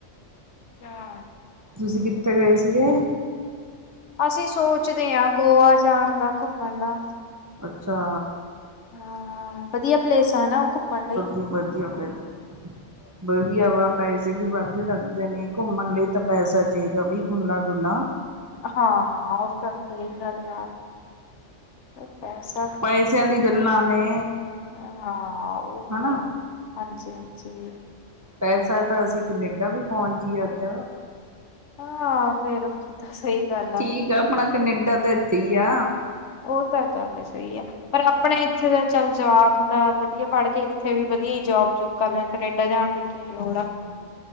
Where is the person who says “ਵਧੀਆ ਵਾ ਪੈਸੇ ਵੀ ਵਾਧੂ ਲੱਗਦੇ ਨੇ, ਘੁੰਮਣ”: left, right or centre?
Right